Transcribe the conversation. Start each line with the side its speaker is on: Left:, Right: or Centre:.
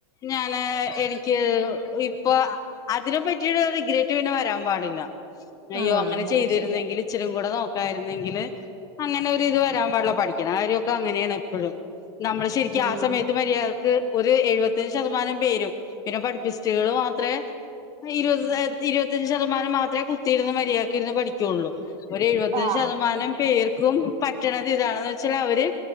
Left: ഞാന് എനിക്ക് ഇപ്പൊ അതിനെ പറ്റിട്ടൊരു ഗ്ര പിന്നെ വരാൻ പാടില്ല. അയ്യോ
Right: ആഹ്
Left: അങ്ങനെ ചെയ്തിരുന്നെങ്കിൽ
Right: അത് ശരിയാ
Left: ഇച്ചിരി കൂടെ നോക്കായിരുന്നെങ്കില് അങ്ങനെ ഒരു ഇത് വരാൻ പാടില്ല പഠിക്ക്ണേ കാര്യ അങ്ങനെയാണ് എപ്പഴും നമ്മള് ശരിക്കും
Right: ഉം
Left: ആ സമയത്ത് മര്യാദക്ക് ഒരു എഴുപത്തഞ്ച് ശതമാനം പേരും പിന്നെ പഠിപ്പിസ്റ്റുകൾ മാത്രേ <unintelligible> ഇരുപത്തഞ്ച് ശതമാനം മാത്രേ കുത്തിയിരുന്ന് മര്യാദയ്ക്ക് ഇരുന്ന് പഠി ള്ളൂ ഒരു എഴുപത്തഞ്ച്
Right: ആഹ്
Left: ശതമാനം പേർക്കും പറ്റണത് ഇതാണന്ന് വെച്ചാല് അവര്